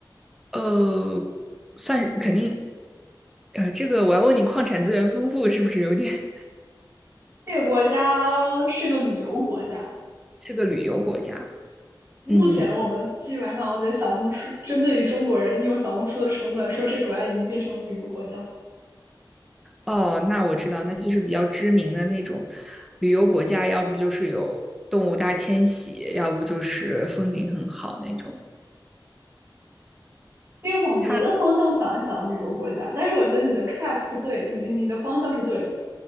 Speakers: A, in the centre; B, on the right (about 30°).
A: 呃，算是肯定，呃，这个我要问你，矿产资源丰富是不是有点
B: 这个国家是个旅游国家。
A: <laughs> 是个旅游国家？
B: 目前我们基本上，
A: 嗯，
B: 我觉得小红书针对于中国人用小红书的程度来说，这个国家已经变成了旅游国家。
A: 哦，那我知道，那就是比较知名的那种旅游国家，要不就是有动物大迁徙，要不就是风景很好那种。
B: 可以往别的方向想一想，
A: 它，
B: 旅游国家。但是我觉得你的 track 是对的，你的你的方向是对的，